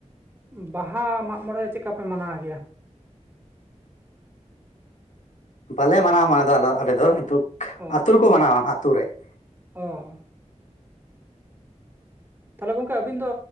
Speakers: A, on the right; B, on the left.
A: ᱵᱟᱦᱟ ᱢᱟᱜ ᱢᱚᱬᱮ ᱪᱮᱫᱠᱟ ᱯᱮ ᱢᱟᱱᱟᱣ ᱜᱮᱭᱟ?
B: ᱵᱟᱞᱮ ᱢᱟᱱᱟᱣᱟ ᱢᱟᱱᱟᱣ ᱫᱚ
A: ᱚ
B: <unintelligible> ᱠᱚ ᱢᱟᱱᱟᱣᱟ ᱟᱛᱩ ᱨᱮ ᱾
A: ᱚ ᱛᱟᱦᱚᱞᱮ ᱜᱚᱝᱠᱮ ᱟᱵᱤᱱ ᱫᱚ